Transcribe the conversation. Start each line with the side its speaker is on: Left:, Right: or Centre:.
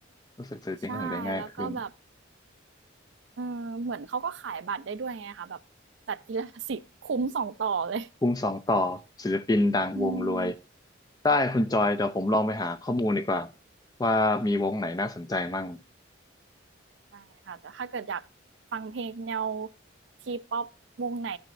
Left: รู้สึกศิลปินเขนอื่นได้ง่ายขึ้น
Right: ใช่แล้วก็แบบเออเหมือนเขาก็ขายบัตรได้ด้วยไงคะแบบจัดกีฬาสีคุ้มสองต่อเลย
Left: ภูมิสองต่อศิลปินดังวงรวย
Right: อืม
Left: ได้คุณจอยเดี๋ยวผมลองไปหาข้อมูลดีกว่าว่ามีวงไหนน่าสนใจมั่ง
Right: ได้ค่ะ แต่ถ้าเกิดอยากฟังเพลงแนวทีป๊อปวงไหน